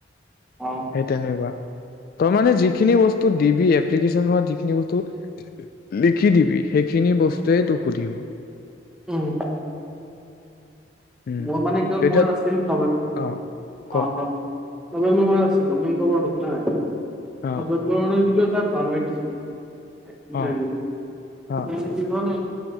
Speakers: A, in the centre; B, on the left.
A: অ
B: সেই তেনেকুৱা। তই মানে যিখিনি বস্তু দিবি এপ্লিকেশ্যনখনত সেইখিনি বস্তু লিখি দিবি। সেইখিনি বস্তুৱে তোক সুধিব।
A: উম।
B: উম
A: মোৰ মানে কিয়
B: এতিয়া
A: মোৰ আছিল নৱেম্ব
B: অ ক
A: অ নৱেম্বৰ মাহত আছিল নৱেম্বৰ মাহত আছিলে হ। <unintelligible> সব
B: অ
A: প মানে। <unintelligible> পালহি <unintelligible> ইন্টাৰভিউ,
B: অ অ
A: মানে কি হ'ল